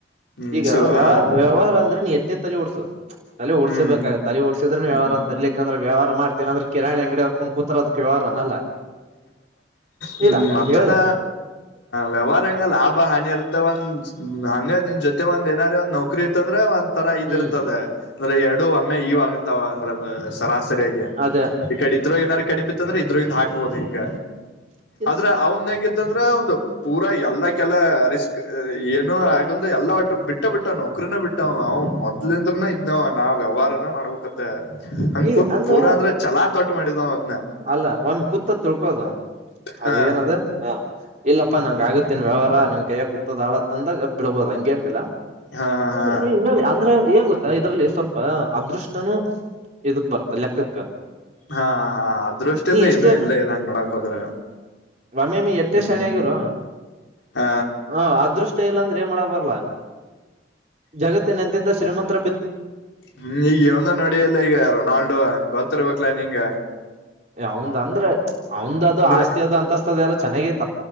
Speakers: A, on the left (about 85°); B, on the right (about 40°).
A: ಹ್ಮ್
B: ಈಗ
A: ಸೊ
B: ವ್ಯ
A: ಹಾ
B: ವ್ಯವಹಾರ ಅಂದ್ರೆ ನೀ ಎತ್ತೆತ್ತಲ್ಲಿ ಓಡ್ಸ ತಲೆ ಓಡ್ಸಬೇಕು
A: ಹ್ಮ್
B: ತಲೆ ಓಡಸಿದ್ರೆ ವ್ಯವಹಾರ
A: ಹ್ಮ್
B: ತಲಿ ಅಂದ್ರೆ್ಯವಹ ಮಾಡ್ತೇನ ಅ್ರ ಕಿರಣಿ ಅಂಗಡಿ ಹಾಕೊಂಡು ಕೂತ ಅದಕ್ಕೆಯವಾರ ಅನ್ನಲ್ಲ
A: ಹ್ಮ
B: ಇಲ್ಲ
A: ಮತ್ತೊಂದ
B: ಹೇಳ್ದೆ
A: ವ್ಯವಹಾರಂಗ ಲಾಭ ತ ಹಾನಿ ಇರ್ತ ಒಂದ ಹಂಗ ನಿನ್ ಜೊತೆ ಒಂದ್ ಏನಾರ ಒಂದ್ ನೌಕರಿ ಇತ್ತಂದ್ರೆ ಒಂದ ತರ ಇದ
B: ಹ್ಮ್
A: ಇರ್ತದೆ ಅಂದ್ರೆ ಎರಡು ಒಮ್ಮೆ ಇವ ಆಾಗುತ್ತಾವ ಅಂದ್ರೆ ಸರಾಸ ಸರಿಯಾಗಿ
B: ಅದ
A: ಈ ಕಡೆ ಇದ್ರ ಏನಾರು ಕಡಿಮಿತ್ತ ಅಂದ್ರೆ ಇದ್ರಗಿಂದ ಹಾಕ್ಬಹುದು ಹಿಂಗ
B: ಹ
A: ಆದ್ರ ಅವಂದ ಹೆಂಗಿತ್ತಂದ್ರ ಒಂದು ಪೂರಾ ಎಲ್ಲಾ ಕೆಲ ರಿಸ್ಕ್ ಏನ ಆಗಲ್ದ ಎಲ್ಲ ಒಟ್ಟು ಬಿಟ್ಟ ಬಿಟ್ಟ ಬಿಟ್ಟ ನೌಕ್ರಿನ ಬಿಟ್ಟಾವ್ ಮೊದ್ಲಿಂದ್ರನ ಇದವ್ ನಾ ವ್ಯವಹಾರನ ಮಾಡ್ಬೇಕತ್ತ ಹಂಗ
B: ಈಗ
A: ಪೂಲ್
B: ಅಂದ್ರ
A: ಪೂರಾ ಅಂದ್ರೆ ಚಲಾ ತೋಟ್ ಮಾಡಿದವ ಅದ್ನ
B: ಅಲ್ಲ ಒಮ್ಮಿ ಕೂತ ತಿಳ್ಕೋದು
A: ಹಾ
B: ಅದ ಏನದು ಹ ಇಲ್ಲಪ್ಪಾ ನಂಗಗೆ ಆಗುತ್ತೆೇನ್ ವ್ಯವಹಾರ ನಂಗಯ್ಯಕ ಕೂದ ಆಳತಂದಾಗ ಬಿಡ್ಬಹದು ಹಂಗೇನಿಲ್ಲ
A: ಹಾ ಹಾ
B: ಹ
A: ಹಾ
B: ಇನ್ನ ಅಂದ್ರೆ ಏಂಗ ಗ ಇದ್ರಲ್ಲಿ ಸ್ವಲ್ಪ ಅದೃಷ್ಟನುೂ ಇದಕ್ ಬರುತ್ತೆ ಲೆಕ್ಕಕ್ಕ
A: ಹಾ ಹಾ ಹಾ ಅದ್ರ ಅಷ್ಟೆಲ್ಲ
B: ನೀ ಎಷ್ಟೇ
A: ಏನು ಎಲ್ಲ ಎಲ್ಲ ಹಂಗ್ ಮಾಡಕ್ ಹೋದ್ರ
B: ರಮೇಮಿ ಎತ್ತೆಷ್ಟ
A: ಹ್ಮ್
B: ಸಣ ಆಗಿರ
A: ಹ
B: ಹ ಅದೃಷ್ಟ ಇಲ್ಲಾ ಅಂದ್ರೆ ಏನ್ ಮಾಡ ಬರ್ಲ್ಲ ಜಗತ್ತಿನ ನೆಂತಿದ್ದ ಶ್ರೀಮಂತ್ರ
A: ಹ್ಮ್ ಈಗಂದ ನಡಿ ಎಲ್ಲ ಈಗ ರೊನಾಲ್ಡೊ ಗೊತ್ತಿರ್ಬೇಕಕ್ಲಾ ನಿಗ
B: ಅವಂದ್ ಅಂದ್ರೆ ಅವಂದ್ ಅದು
A: ಅಂದ್ರೆ
B: ಆಸ್ತಿ ಅದು ಅಂತಸ್ತದ ಎಲ್ಲ ಚೆನ್ನಾಗತ್ತು